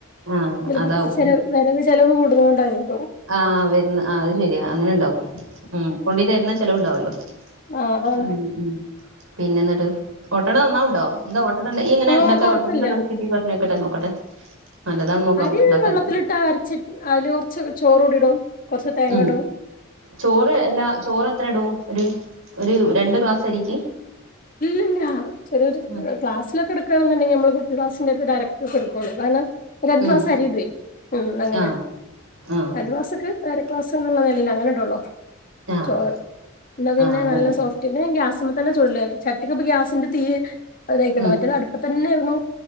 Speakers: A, on the right; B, on the left.
A: ആഹ്
B: ഇവിടെ
A: അതാവും
B: നിക്ക് ചെല വരവ് ചെിലവ് കൂടുന്ന കൊണ്ടായിരുന്നു
A: ആ വരുന്ന ആ അത് ശരിയാ അങ്ങനെ ഉണ്ടാവും ഉം കൊണ്ടീ തരുന്ന ചെലവുണ്ടാവല്ലോ
B: ആഹ് അതാണ്
A: ഉം ഉ പിന്നെ എന്നിട്ട് ഓട്ടട നന്നാവ്ണ്ടോ എന്താ ഈ ഇങ്ങനെ
B: ആഹ്
A: ഉണ്ടാക്കാട്ടെ
B: കൊഴപ്പല്ല
A: എ റെസിപ്പി പറഞ്ഞോക്കട്ടെ നോക്കട്ടെ നല്ലതാണ് നോക്കാം
B: അരി
A: നമുക്ക് ഇണ്ടാക്കാലോ
B: വെള്ളത്തിലിട്ട് അരച്ചി അതിന് കൊറച്ച് ചോറ് കൂടിടും കുറച്ച് തേങ്ങടും
A: ഉം ചോറ് എല്ലാ ചോറ് എത്ര ഇടും ഒരു ഒരു രണ്ട് ഗ്ലാസ് അരിക്ക്
B: ല്ല ചെറിയരു
A: ഉം
B: ക്ലാസിലൊക്കെ എടുക്കയാണെന്നുണ്ടെങ്കിൽ നമ്മള് കുപ്പി ക്ലാസിന്റെ ഒക്കെ ഒരു അരക്കൊക്കെടുക്കുവയാണ് കാരണം രണ്ട്
A: ഉം
B: ഗ്ലസ് അരിഇടുഎ അങ്ങനെ
A: ആഹ് ആഹ്
B: രണ്ടു ഗ്ലാസിക്ക് അര ക് എന്നുള്ള നിലയി അങ്ങനെ ഇട്ടുള്ളോ
A: ആഹ്
B: ചോ എന്നാ പിന്നെ
A: ആഹ് അങ്ങനെ
B: നല്ല സോഫ്റ്റ് ഗ്യാസ് ടുപ്പമ്മ തന്നെ ചുടല് ചട്ടിക്ക്പ്പം ഗ്യാസിന്റെ തീ തയ്ക്കണം
A: ഉം
B: മറ്റേത് അടുപ്പതന്നെ ആയിരുന്നു